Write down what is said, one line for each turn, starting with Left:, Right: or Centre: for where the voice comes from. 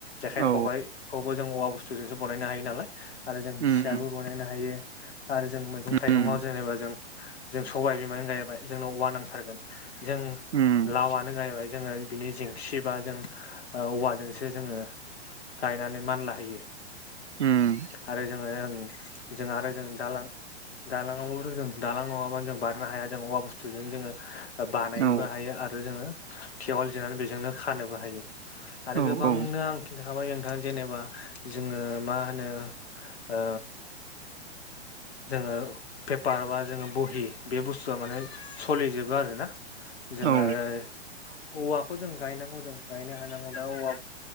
Left: जेखाइ
Right: औ
Left: खबाइखौबो जों औवा बुस्थुजोंसो बनायनो हायो नालाय आरो जों
Right: उम
Left: सियारबो बनायनो हायो आरो जों मैगं थाइगङाव
Right: उम
Left: जेनेबा जों जों सबाय बिमानो गायबाय जोंनाव औवा नांथारगोन जों
Right: उम
Left: लावानो गायबाय जोङो बिनि जेंसि बा जों औवाजोंसो जोङो गायनानै मानला होयो
Right: उम
Left: आरो जोङो ओं जों आरो जों दालां दालां आवबोथ' जों दालां नङाबा जों बा नो हाया जों औवा बुस्थुजों जोङो बानायनोबो
Right: औ
Left: हायो आरो जोङो थेवल जिरनानै बेजोंनो खानोबो हायो आरो
Right: औ
Left: गोबांनो
Right: औ
Left: आं थाबाय नोंथां जेनेबा जोङो मा होनो ओ जोङो पेपार बा जोङो बहि बे बुस्थुआ माने सलिजोबो आरोना जों
Right: औ
Left: आरो औवाखौ जों गायनांगौ जों गायनो हानांगौ दा औवा।